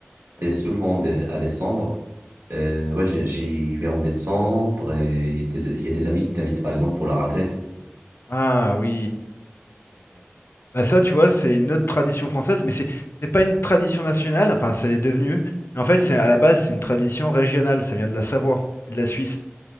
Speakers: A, on the right (about 80°); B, on the left (about 65°).
A: souvent dé- à décembre. Euh, ouais, j'y j'y vais en décembre, et des- il y a des amis qui t'invitent, par exemple, pour la raclette.
B: Ah oui, oui, tout à fait. Bah ça, tu vois, c'est une autre tradition française, mais c'est c'est pas une tradition nationale, enfin ça l'est devenu, mais en fait c'est à la base c'est une tradition régionale, ça vient de la Savoie et de la Suisse,